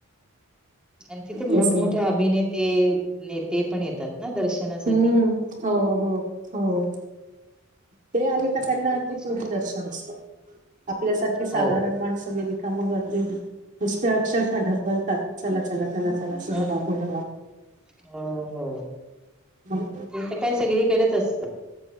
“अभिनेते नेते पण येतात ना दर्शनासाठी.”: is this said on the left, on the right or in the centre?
Centre